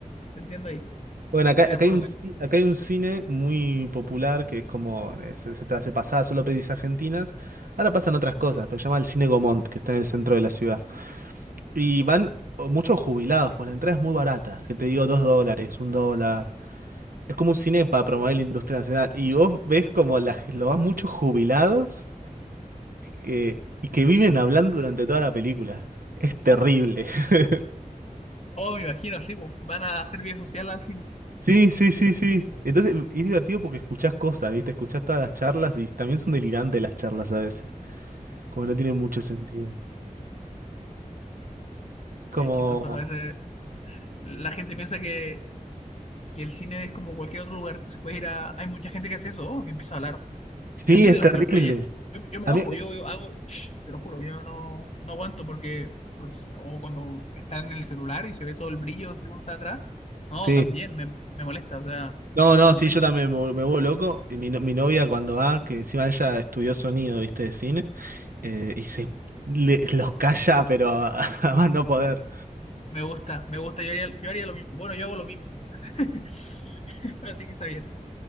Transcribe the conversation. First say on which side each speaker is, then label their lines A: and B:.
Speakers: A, on the left; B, on the right.
A: te entiendo ahí,
B: Bueno,
A: estoy
B: acá, acá
A: de acuerdo.
B: hay un, ci- acá hay un cine muy popular que es como, eh, se, se, se pasaba solo pelis argentinas, ahora pasan otras cosas, pero se llama el Cine Gomont, que está en el centro de la ciudad. Y van muchos jubilados, pues la entrada es muy barata, que te digo dos dólares, un dólar. Es como un cine para promover la industria nacional. Y vos ves como la, lo van muchos jubilados que- y que viven hablando durante toda la película. Es terrible. <laughs>
A: Oh, me imagino, sí, po, van a hacer vía social al cine.
B: Sí, sí, sí, sí. Entonces es divertido porque escuchás cosas, ¿viste? Escuchás todas las charlas y también son delirantes las charlas a veces. Como no tienen mucho sentido. Como...
A: Es chistoso a veces la gente piensa que, que el cine es como cualquier otro lugar que se puede ir a... Hay mucha gente que hace eso, que empieza a hablar.
B: Sí,
A: Yo soy
B: es
A: de
B: terrible.
A: los que los calla. Yo, yo me
B: A
A: enojo,
B: mí...
A: yo, yo hago, "Shh", te lo juro, yo no, no aguanto porque, porque si- no, o cuando están en el celular y se ve todo el brillo si uno está atrás, no,
B: Sí.
A: también me, me molesta, o sea,
B: No, no,
A: se supone
B: sí, yo
A: que
B: también
A: uno-
B: me, vuel- me vuelvo loco. Y Mi, no- mi novia cuando va, que encima ella estudió sonido, viste, de cine, eh, y se le- los calla, pero a, <laughs> a más no poder.
A: me gusta, me gusta, yo haría, yo haría lo mismo, bueno, yo hago lo mismo, <laughs> así que está bien,